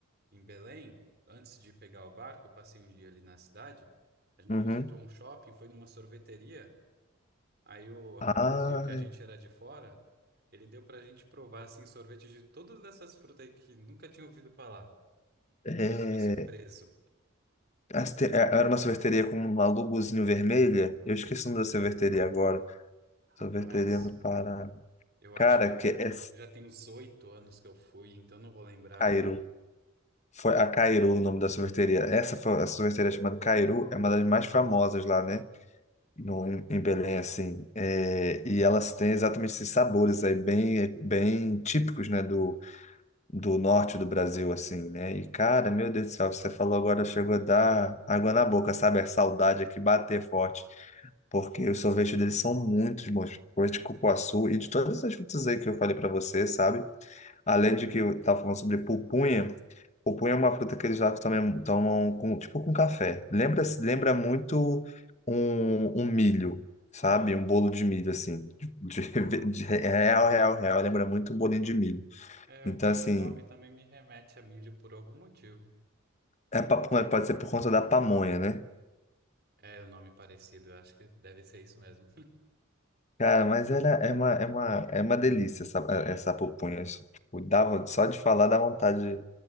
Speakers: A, on the right; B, on the left.
A: em Belém, antes de pegar o barco, eu passei um dia ali na cidade, a gente
B: uhum.
A: visitou um shopping, foi numa sorveteria. Aí o rapaz
B: Ah,
A: viu que a gente era de fora, ele deu pra gente provar, assim, sorvete de todas essas frutas aí que nunca tinha ouvido falar. Eu
B: é,
A: também fiquei surpreso.
B: as te- é- era uma sorveteria com uma logozinho vermelha. Eu esqueci o nome da sorveteria agora.
A: Rapaz,
B: Sorveteria no Pará.
A: eu
B: Cara,
A: acho que
B: que é
A: já tem uns oito anos que eu fui, então não vou lembrar.
B: Cairu. Foi a Cairu o nome da sorveteria. Essa foi a sorveteria chamada Cairu, é uma das mais famosas lá, né? No, em em Belém, assim. É, e elas têm exatamente esses sabores aí, bem, bem típicos, né? Do, do norte do Brasil, assim, né? E, cara, meu Deus do céu, você falou agora, chegou a dar água na boca, sabe? A saudade aqui bater forte. Porque os sorvetes deles são muito bons. Sorvete de cupuaçu e de todas essas frutas aí que eu falei pra você, sabe? Além de que eu estava falando sobre pupunha, pupunha é uma fruta que eles lá também tomam com, tipo com café. Lembra, lembra muito um, um milho, sabe? Um bolo de milho, assim. De, <laughs> de- de- real, real, real. Lembra muito um bolinho de milho.
A: É,
B: Então,
A: o pior
B: assim,
A: é que o nome também me remete a milho por algum motivo.
B: é papunha, pode ser por conta da pamonha, né?
A: É, o nome parecido, eu acho que deve ser isso mesmo.
B: Cara, mas era, é uma, é uma, é uma delícia essa, essa pupunha. Tipo, dava, só de falar dá vontade.